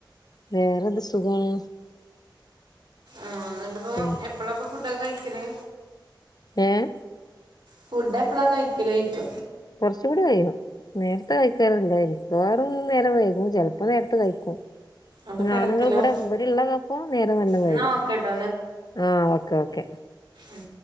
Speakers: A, on the left; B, on the right.
A: വേറെന്ത് സുഖാണ്.
B: ആഹ് എന്നിട്ടിപ്പോ
A: ഉം
B: എപ്പളാ ഇപ്പൊ ഫുഡൊക്കെ കഴിക്കല്?
A: ഏഹ്.
B: ഫുഡ് എപ്പളാ കഴിക്കല് ലോയിക്ക.
A: കുറച്ചും കൂടി കയ്യും. നേരത്തെ കഴിക്കാറില്ല മിക്കവാറും നേരം വൈകും ചിലപ്പോ നേരത്തെ കഴിക്കും.
B: അപ്പൊ കെടക്കലോ
A: ആണുങ്ങൾ ഇവിടെ ഇവിടിള്ളപ്പോ നേരം നല്ല വൈകും
B: എന്നാ ഓക്കെട്ടോ
A: ആഹ് ഓക്കെ ഓക്കെ.
B: ഉം.